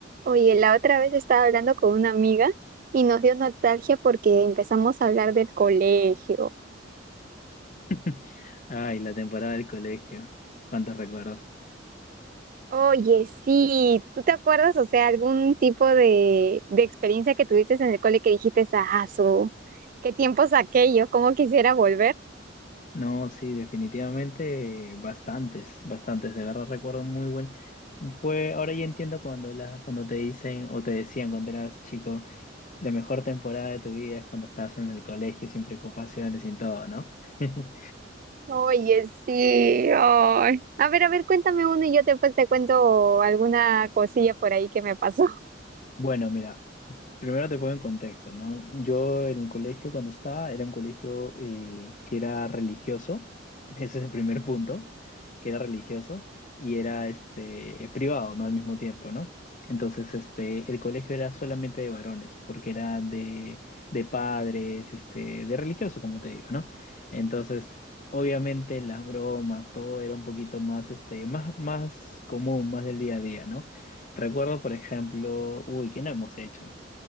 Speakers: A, on the right; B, on the left.
A: Oye, la otra vez estaba hablando con una amiga y nos dio nostalgia porque empezamos a hablar del colegio.
B: <laughs> Ay, la temporada del colegio. ¿Cuántos recuerdos?
A: Oye, sí, ¿tú te acuerdas, o sea, algún tipo de, de experiencia que tuviste en el cole que dijiste, ah, su, qué tiempos aquellos, cómo quisiera volver?
B: No, sí, definitivamente bastantes, bastantes. De verdad recuerdo muy buen. Fue, ahora ya entiendo cuando las, cuando te dicen o te decían cuando eras chico, la mejor temporada de tu vida es cuando estabas en el colegio sin preocupaciones, sin todo, ¿no? <laughs>
A: Oye, sí, ay. A ver, a ver, cuéntame uno y yo después te cuento alguna cosilla por ahí que me pasó.
B: Bueno, mira, Primero te pongo en contexto, ¿no? Yo en el colegio cuando estaba era un colegio eh, que era religioso, <laughs> ese es el primer punto, que era religioso y era este privado, ¿no? Al mismo tiempo, ¿no? Entonces, este, el colegio era solamente de varones, porque era de, de padres, este, de religioso, como te digo, ¿no? Entonces, obviamente las bromas, todo era un poquito más, este, más, más común, más del día a día, ¿no? Recuerdo, por ejemplo, uy, ¿qué no hemos hecho?